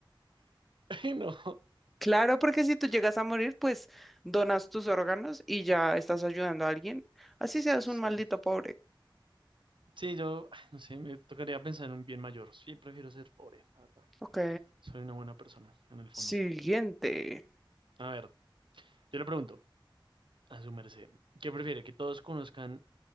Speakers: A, on the right; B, in the centre.
A: Ay, No,
B: Claro, porque si tú llegas a morir, pues donas tus órganos y ya estás ayudando a alguien. Así seas
A: no sé.
B: un maldito pobre.
A: Sí, yo, ay, no sé, me tocaría pensar en un bien mayor. Sí, prefiero ser pobre, la verdad.
B: Ok.
A: Soy una buena persona, en el fondo.
B: Siguiente.
A: A ver, yo le pregunto a su merced, ¿qué prefiere? ¿Que todos conozcan,